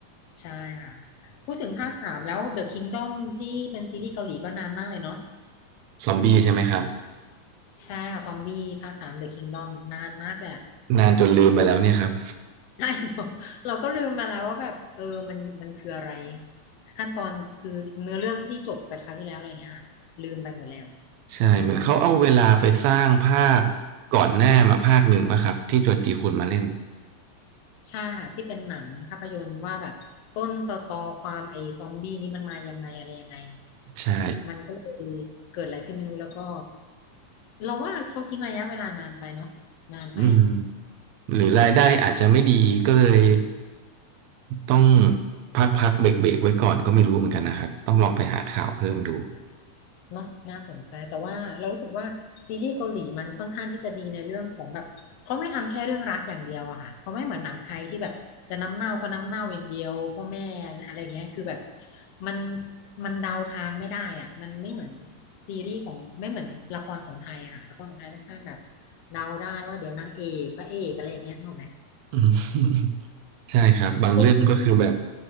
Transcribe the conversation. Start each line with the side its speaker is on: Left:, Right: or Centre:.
Left: ใช่ค่ะพูดถึงภาคสามแล้ว The Kingdom ที่เป็นซีรีส์เกาหลีก็นานมากเลยเนาะ
Right: ซอมบี้ใช่ไหมครับ
Left: ใช่ค่ะซอมบี้ภาคสาม The Kingdom นานมากเลยอะ
Right: นานจนลืมไปแล้วเนี่ยครับ
Left: ใช่เราเราก็ลืมมาแล้วว่าแบบเออมันมันคืออะไรขั้นตอนคือเนื้อเรื่องที่จบไปคราวที่แล้วอะไรเงี้ยค่ะลืมไปหมดแล้ว
Right: ใช่เหมือนเขาเอาเวลาไปสร้างภาค
Left: นะตอนนี้
Right: ก่อนหน้ามาภาคหนึ่งป่ะครับที่จวนจีฮุนมาเล่น
Left: ใช่ค่ะที่เป็นหนังภาพยนตร์ว่าแบบต้นตอตอความไอ้ซอมบี้นี่มันมายังไงอะไรยังไง
Right: ใช่
Left: มันก็เลยเกิดอะไรขึ้นไม่รู้แล้วก็เราว่าเขาทิ้งระยะเวลานานไปเนาะนานไป
Right: อืม หรือรายได้อาจจะไม่ดีก็เลยต้องพักพักเบรกเบรกๆไว้ก่อนก็ไม่รู้เหมือนกันนะครับต้องลองไปหาข่าวเพิ่มดู
Left: เนาะน่าสนใจแต่ว่าเรารู้สึกว่าซีรีส์เกาหลีมันค่อนข้างที่จะดีในเรื่องของแบบเขาไม่ทำแค่เรื่องรักอย่างเดียวอะค่ะเขาไม่เหมือนหนังไทยที่แบบจะน้ำเน่าก็น้ำเน่าอย่างเดียวพ่อแม่อะไรเงี้ยคือแบบมันมันเดาทางไม่ได้อะมันไม่เหมือนซีรีส์ของไม่เหมือนละครของไทยอะค่ะละครของไทยค่อนข้างแบบเดาได้ว่าเดี๋ยวนางเอกก็เอกอะไรอย่างเงี้ยถูกไหม
Right: อืม <laughs> ใช่ครับบางเรื่องก็คือแบบ
Left: พวกนี้